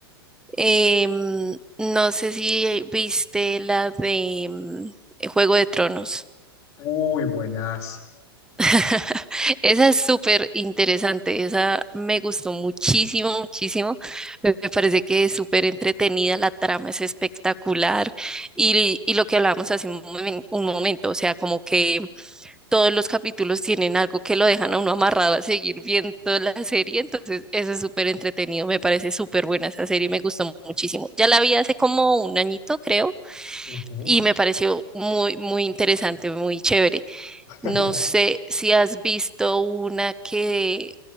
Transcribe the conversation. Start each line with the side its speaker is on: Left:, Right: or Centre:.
Centre: Em, no sé si viste la de em, Juego de Tronos.
Left: Uy, buenas.
Centre: <laughs> Esa es súper interesante, esa me gustó muchísimo, muchísimo. Me me parece que es súper entretenida, la trama es espectacular y, y lo que hablábamos hace un, momen- un momento, o sea, como que todos los capítulos tienen algo que lo dejan a uno amarrado a seguir viendo la serie, entonces eso es súper entretenido, me parece súper buena esa serie, me gustó muchísimo. Ya la vi hace como un añito, creo,
Left: Ujú.
Centre: y me pareció muy, muy interesante, muy chévere.
Left: <laughs>
Centre: No sé si has visto una que,